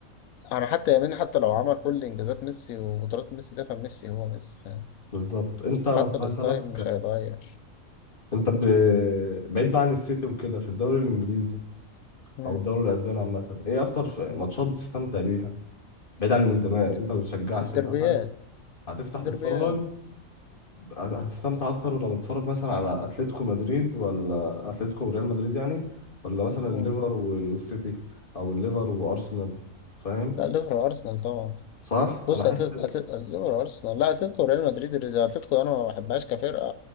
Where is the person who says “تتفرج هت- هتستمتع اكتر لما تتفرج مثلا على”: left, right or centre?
Left